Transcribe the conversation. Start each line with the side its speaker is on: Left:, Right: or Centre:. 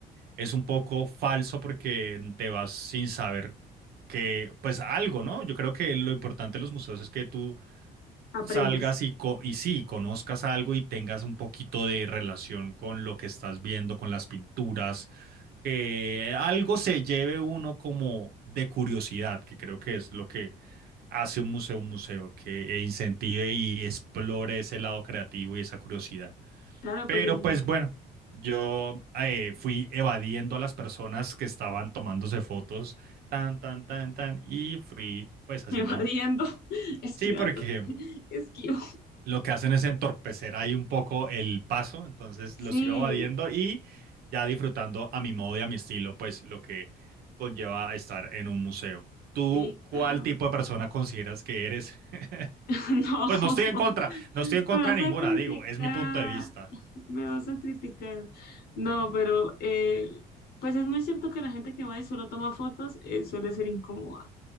Right: es un poco falso porque te vas sin saber que, pues algo, ¿no? Yo creo que lo importante de los museos es que tú
Left: Aprendas.
Right: salgas y, co- y sí, conozcas algo y tengas un poquito de relación con lo que estás viendo, con las pinturas, que algo se lleve uno como de curiosidad, que creo que es lo que hace un museo un museo, que incentive y explore ese lado creativo y esa curiosidad.
Left: Claro,
Right: Pero
Left: porque si
Right: pues
Left: no.
Right: bueno, yo eh, fui evadiendo a las personas que estaban tomándose fotos, tan, tan, tan, tan, y fui pues haciendo...
Left: <laughs> evadiendo, <laughs> esquivando,
Right: Sí, porque
Left: <laughs> esquivo.
Right: lo que hacen es entorpecer ahí un poco el paso, entonces
Left: Sí,
Right: los iba evadiendo y ya disfrutando a mi modo y a mi estilo, pues lo que conlleva estar en un museo. ¿Tú
Left: sí,
Right: cuál
Left: claro.
Right: tipo de persona consideras que eres? <laughs>
Left: <laughs> No,
Right: Pues no estoy en contra, no estoy en
Left: me
Right: contra
Left: vas
Right: de
Left: a
Right: ninguna,
Left: criticar,
Right: digo, es mi punto de vista.
Left: me vas a criticar. No, pero eh, pues es muy cierto que la gente que va y solo toma fotos eh, suele ser incómoda,